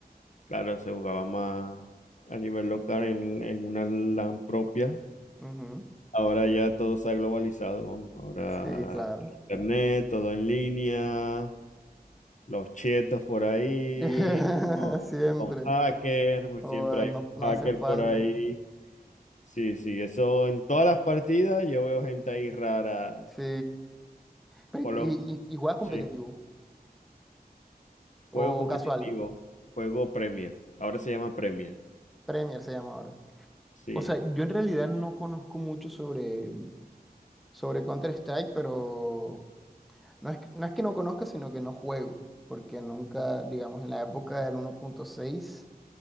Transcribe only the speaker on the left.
claro, se jugaba más a nivel local en, en una LAN propia.
Ahora ya todo se ha globalizado, vamos, ahora
internet, todo en línea, los chetos por ahí,
con,
con hacker,
siempre hay
un
hacker
por ahí Sí, sí, eso en todas las partidas yo veo gente ahí rara.
Por los,
sí,
juego competitivo,
juego Premier. Ahora se llama Premier.
Sí.